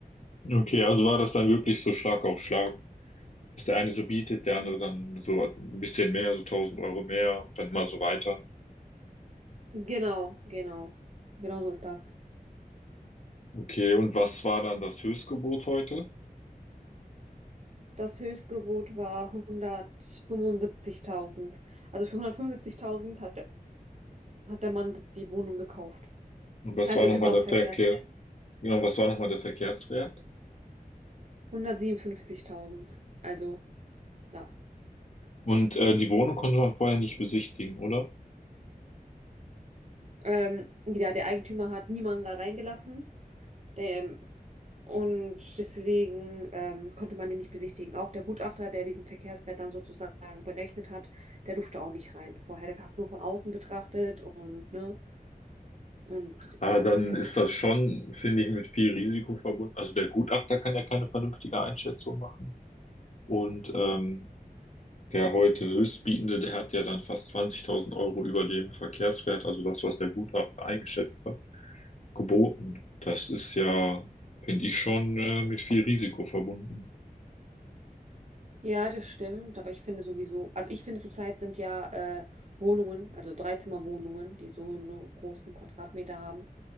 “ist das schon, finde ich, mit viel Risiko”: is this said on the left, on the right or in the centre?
Left